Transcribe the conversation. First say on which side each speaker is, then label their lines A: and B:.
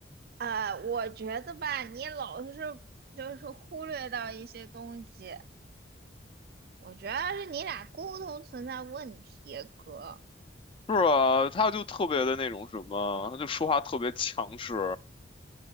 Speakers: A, on the right; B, on the left.
A: 呃，我觉得吧，你老是就是忽略到一些东西，我觉得是你俩沟通存在问题，哥。
B: 是啊，他就特别的那种什么，他就说话特别强势，